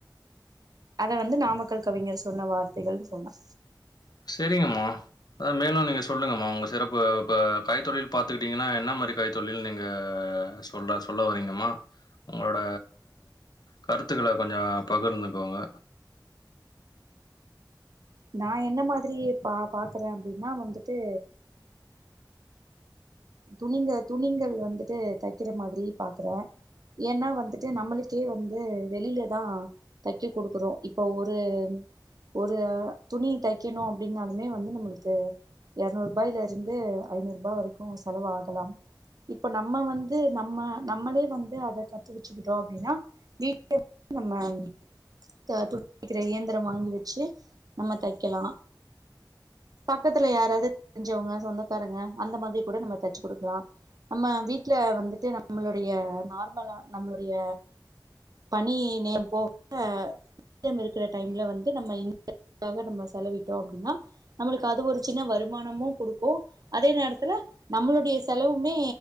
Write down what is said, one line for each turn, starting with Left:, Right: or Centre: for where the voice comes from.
Right: அத வந்து நாமக்கல் கவிஞர் சொன்ன வார்த்தைகள்னு சொன்னே
Left: செரிங்கம்மா அ மேலு நீங்க சொல்லுங்கம்மா உங்க சிறப்பு இப்ப கைத்தொழில் பாத்துக்கிட்டிங்கனா என்ன மாரி கைத்தொழில் நீங்க சொல்றா சொல்ல வரீங்கம்மா உங்களோட கருத்துக்கள கொஞ்ச பகிர்ந்துக்கோங்க
Right: நா என்ன மாதிரி பா பாக்குறே அப்டினா வந்துட்டு துணிங்க துணிங்கள் வந்துட்டு தக்கிற மாதிரி பாக்குறே ஏனா வந்துட்டு நம்மளுக்கே வந்து வெளில தா தக்கெ குடுக்குறோ இப்ப ஒரு ஒரு ஆ துணி தக்கெணு அப்டின்னாலுமே வந்து நம்மளுக்கு எரநூறுபாயில இருந்து ஐநூறுபா வரைக்கு செலவு ஆகலாம் இப்ப நம்ம வந்து நம்ம நம்மளே வந்து அத கத்து வெச்சுக்கிட்டோ அப்டினா வீட்டு <inaudible> நம்ம <inaudible> துக்கிற இயந்திரம் வாங்கி வெச்சு நம்ம தக்கெலா பக்கத்துல யாராவ்து தெரிஞ்சவ்ங்க சொந்தக்காரங்க அந்த மாதிரி கூட நம்ம தெச்சு குடுக்கலா நம்ம வீட்ல வந்துட்டு நம்மளுடைய நார்மலா நம்மளுடைய பணி நேரம் போக மீதம் இருக்கிற டைம்ல வந்து நம்ம இந்த துக்காக நம்ம செலவிட்டோ அப்டினா நம்மளுக்கு அது ஒரு சின்ன வருமானமு குடுக்கு அதே நேரத்துல நம்மளுடைய செலவுமே